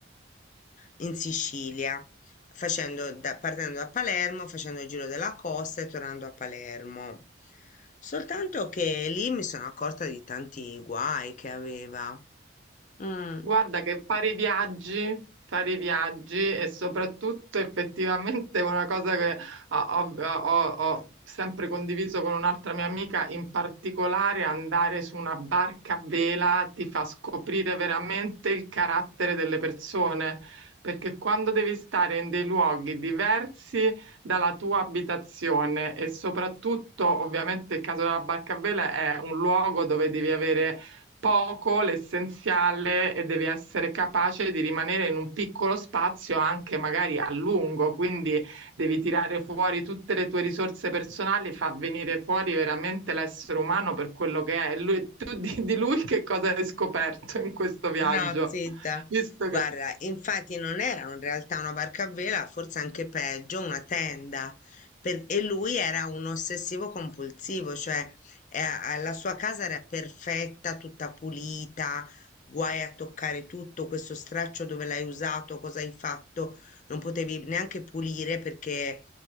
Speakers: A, on the left; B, on the right.
A: in Sicilia, facendo da- partendo da Palermo, facendo il giro della costa e tornando a Palermo. Soltanto che lì mi sono accorta di tanti guai che aveva. Mm.
B: Guarda che fare i viaggi, fare i viaggi e soprattutto effettivamente una cosa che ho, ho- ho- ho sempre condiviso con un'altra mia amica, in particolare andare su una barca a vela ti fa scoprire veramente il carattere delle persone, perché quando devi stare in dei luoghi diversi dalla tua abitazione e soprattutto ovviamente il caso della barca a vela è un luogo dove devi avere poco l'essenziale e devi essere capace di rimanere in un piccolo spazio anche magari a lungo, quindi devi tirare fuori tutte le tue risorse personali, fa venire fuori veramente l'essere umano per quello che è. E Lui, tu di, di lui che cosa hai scoperto in questo viaggio?
A: No, zitta.
B: Visto
A: Guarda,
B: che,
A: infatti non era in realtà una barca a vela, forse anche peggio, una tenda. Per- e lui era un ossessivo compulsivo, cioè eh, a- la sua casa era perfetta, tutta pulita, guai a toccare tutto, questo straccio dove l'hai usato, cosa hai fatto, non potevi neanche pulire perché